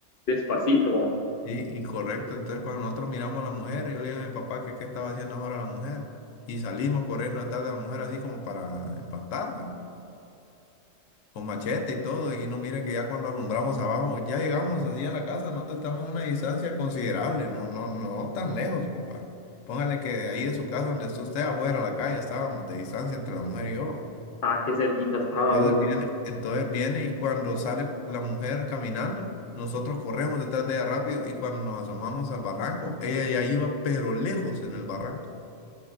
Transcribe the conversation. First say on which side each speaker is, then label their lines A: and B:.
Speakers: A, on the left; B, on the left.
A: despacito.
B: Y, y correcto, entonces cuando nosotros miramos a la mujer, yo le digo a mi papá que qué estaba haciendo ahora la mujer. Y salimos corriendo detrás de la mujer así como para espantarla, con machete y todo. Y no mire que ya cuando alumbramos abajo, ya llegamos así a la casa, nosotros estamos a una distancia considerable, no, no, no tan lejos, compa. Póngale que de ahí de su casa, donde está usted afuera a la calle, estábamos de distancia entre la mujer y yo.
A: Ah, qué cerquita estaban,
B: Entonces
A: hombre.
B: viene, entonces viene y cuando sale la mujer caminando, nosotros corremos detrás de ella rápido y cuando nos asomamos al barranco, ella ya iba pero lejos en el barranco.